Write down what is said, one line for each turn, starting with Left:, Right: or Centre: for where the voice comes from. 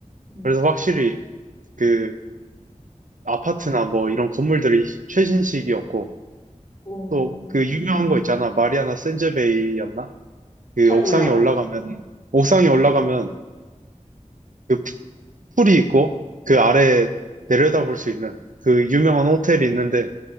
Left: 응.
Right: 그래서 확실히 그 아파트나 뭐 이런 건물들이 최신식이었고
Left: 오,
Right: 또 그 유명한 거 있잖아. 마리아나 샌즈베이였나? 그
Left: 잘
Right: 옥상에
Left: 몰라.
Right: 올라가면, 옥상에 올라가면
Left: 응,
Right: 그 풀이 있고 그 아래 내려다볼 수 있는 그 유명한 호텔이 있는데